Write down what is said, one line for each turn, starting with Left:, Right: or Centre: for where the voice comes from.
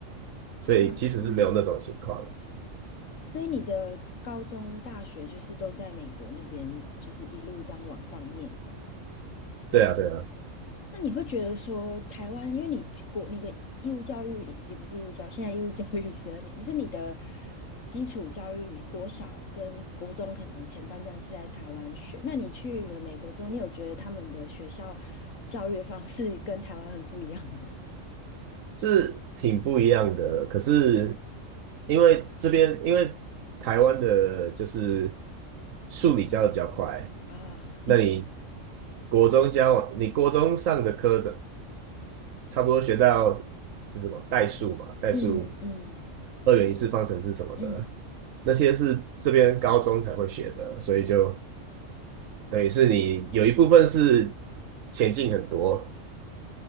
Right: 所以其实是没有那种情况。
Left: 哇，嗯，所以你的高中、大学就是都在美国那边，就是一路这样往上念，
Right: 对啊，对啊。
Left: 那你会觉得说，台湾，因为你国你的义务教育也不是义务教育，现在义务教育十二年，就是你的基础教育，国小跟国中可能前半段是在台湾学。那你去了美国之后，你有觉得他们的学校教育方式 <laughs> 跟台湾很不一样吗？
Right: 是挺不一样的。可是因为这边，因为台湾的就是数理教的比较快，
Left: <laughs> 啊，
Right: 那你国中教完你国中上的科的差不多学到是什么代数嘛，代数、
Left: 嗯嗯
Right: 二元一次方程式什么的，
Left: 嗯，
Right: 那些是这边高中才会学的，所以就等于是你有一部分是前进很多，